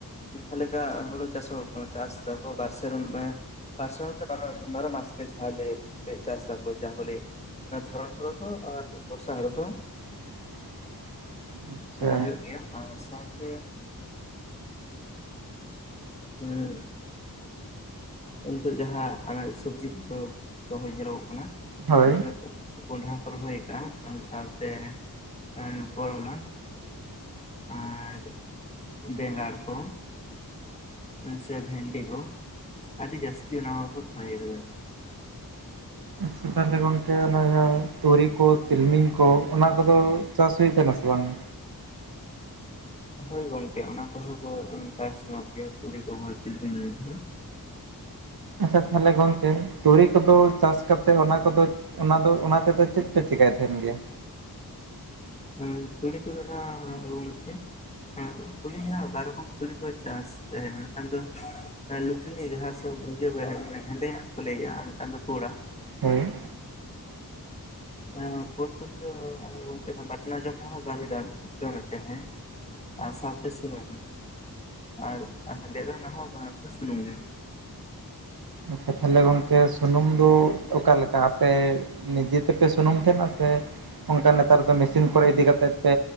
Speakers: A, on the left; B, on the right.
A: ᱚᱝᱠᱟ ᱞᱮᱠᱟ ᱦᱳᱲᱳ ᱪᱟᱥ ᱦᱚᱸ ᱪᱟᱥ ᱫᱟᱠᱚ ᱵᱟᱨ ᱥᱮᱨᱢᱟ, ᱵᱟᱨ ᱥᱮᱨᱢᱟ ᱛᱮ ᱵᱟᱨᱚ ᱵᱟᱨᱚ ᱢᱟᱥ <unintelligible> ᱪᱟᱥ ᱫᱟᱠᱚ ᱡᱟᱦᱟᱸ ᱠᱚ ᱞᱮᱭᱮᱫ᱾ ᱚᱱᱟ ᱫᱷᱚᱨᱚᱱ ᱦᱳᱲᱳ ᱠᱚ ᱟᱨ ᱵᱚᱨᱥᱟ ᱦᱳᱨᱳ ᱠᱚ᱾
B: <unintelligible> ᱟᱪᱪᱷᱟ
A: ᱚᱱᱟ ᱦᱳᱭᱳᱜ ᱜᱮᱭᱟ ᱟᱨ ᱥᱟᱶ ᱛᱮ <inaudible> ᱦᱮᱜ ᱮ ᱱᱤᱛᱳᱜ ᱡᱟᱸᱦᱟ ᱟᱱᱟᱡ ᱥᱳᱵᱽᱡᱤ ᱠᱚ ᱨᱚᱦᱚᱭ ᱧᱮᱞᱚᱜᱚᱜ ᱠᱟᱱᱟ,
B: ᱦᱳᱭ
A: <inaudible> ᱠᱚᱸᱰᱷᱟ ᱠᱚ ᱨᱚᱦᱚᱭ ᱠᱟᱜ-ᱟ, ᱚᱱᱟ ᱥᱟᱶ ᱛᱮ <inaudible> ᱠᱚᱨᱚᱞᱟ᱾ ᱟᱨ ᱵᱮᱸᱜᱟᱲ ᱠᱚ ᱥᱮ ᱵᱷᱮᱱᱰᱤ ᱠᱚ᱾ ᱟᱹᱰᱤ ᱡᱟᱹᱥᱛᱤ ᱚᱱᱟ <inaudible> ᱨᱚᱦᱚᱭ ᱠᱟᱫᱟ᱾
B: ᱟᱪᱷᱟ ᱛᱟᱦᱚᱞᱮ ᱜᱚᱝᱠᱮ ᱚᱱᱟ ᱡᱟᱸᱦᱟᱸ ᱛᱩᱨᱤ ᱠᱚ, ᱛᱤᱞᱢᱤᱧ ᱠᱚ, ᱚᱱᱟ ᱠᱚ ᱫᱚ ᱪᱟᱥ ᱦᱩᱭ ᱟᱠᱟᱱᱟ ᱥᱮ ᱵᱟᱝ-ᱟ᱾
A: ᱦᱳᱭ ᱜᱚᱝᱠᱮ ᱚᱱᱟ ᱠᱚᱦᱚᱸ ᱠᱚ ᱪᱟᱥ ᱱᱚᱜ ᱜᱮᱭᱟ ᱛᱩᱲᱤ ᱠᱚᱦᱚ ᱛᱤᱞᱢᱤᱧ <inaudible>
B: ᱟᱪᱷᱟ ᱛᱟᱦᱟᱞᱮ ᱜᱚᱝᱠᱮ ᱛᱩᱲᱤ ᱠᱚ ᱫᱚ ᱪᱟᱥ ᱠᱟᱛᱮᱫ ᱚᱱᱟ ᱠᱚ ᱫᱚ, ᱚᱱᱟ ᱫᱚ ᱚᱱᱟ ᱛᱮ ᱫᱚ ᱪᱮᱫ ᱯᱮ ᱪᱮᱠᱟᱭ ᱛᱟᱦᱮᱱ ᱜᱮᱭᱟ᱾
A: ᱦᱩᱸ ᱛᱩᱲᱤ ᱠᱚ ᱱᱟᱦᱟᱜ <inaudible> ᱮᱜ ᱛᱩᱲᱤ ᱦᱟᱸᱜ ᱵᱟᱨ ᱨᱚᱠᱚᱢ ᱛᱩᱲᱤ ᱠᱚ ᱪᱟᱥ ᱛᱟᱦᱮᱸᱜᱟ, ᱢᱤᱫ ᱴᱟᱝ ᱫᱚ ᱞᱩᱴᱱᱤ ᱡᱟᱸᱦᱟᱸ ᱠᱚ ᱤᱭᱟᱹ <inaudible> ᱦᱮᱸᱫᱮᱭᱟᱜ ᱠᱚ ᱞᱟᱹᱭᱟ ᱟᱨ ᱢᱤᱫ ᱴᱟᱝ ᱫᱚ ᱯᱳᱲᱟᱜ᱾
B: ᱦᱳᱭ
A: ᱮᱜ <unintelligible> ᱨᱮ ᱫᱚ ᱜᱚᱢᱠᱮ ᱵᱟᱴᱱᱟ ᱡᱚᱢ ᱨᱮᱦᱚ ᱜᱟᱱ ᱡᱚᱢᱮᱫ ᱛᱟᱦᱮᱜ᱾ ᱟᱨ ᱥᱟᱶ ᱛᱮ ᱥᱩᱱᱩᱢ ᱟᱨ ᱦᱮᱸᱫᱮᱭᱟᱜ ᱫᱚ ᱦᱟᱱᱟ ᱦᱚᱸ ᱵᱟᱱᱟᱨ ᱜᱮ ᱥᱩᱱᱩᱢ ᱜᱮ᱾
B: ᱟᱪᱷᱟ ᱛᱟᱦᱟᱞᱮ ᱜᱚᱝᱠᱮ ᱥᱩᱱᱩᱢ ᱫᱚ ᱚᱠᱟ ᱞᱮᱠᱟ, ᱟᱯᱮ ᱱᱤᱡᱮ ᱛᱮᱯᱮ ᱥᱩᱱᱩᱢ ᱛᱟᱦᱮᱱᱟ ᱥᱮ ᱚᱱᱠᱟ ᱱᱮᱛᱟᱨ ᱫᱚ ᱢᱤᱥᱤᱱ ᱠᱚᱨᱮ ᱤᱫᱤ ᱠᱟᱛᱮᱫ ᱯᱮ